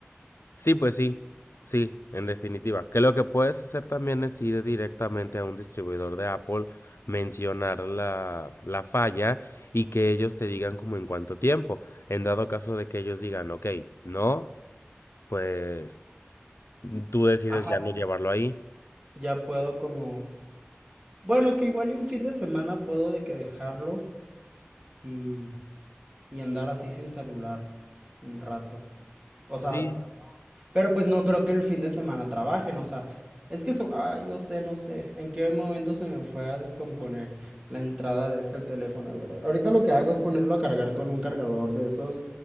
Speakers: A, on the left; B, on the right.
A: Sí, pues sí, sí, en definitiva. Que lo que puedes hacer también es ir directamente a un distribuidor de Apple, mencionar la, la falla y que ellos te digan como en cuánto tiempo. En dado caso de que ellos digan, ok, no, pues tú decides
B: Ajá.
A: ya no llevarlo ahí.
B: Ya puedo como... Bueno, que igual y un fin de semana puedo de que dejarlo y, y andar así sin celular un rato. O sea,
A: Sí.
B: Pero pues no creo que el fin de semana trabajen, o sea, es que eso, ay, no sé, no sé, en qué momento se me fue a descomponer la entrada de este teléfono, de verdad. Ahorita lo que hago es ponerlo a cargar con un cargador de esos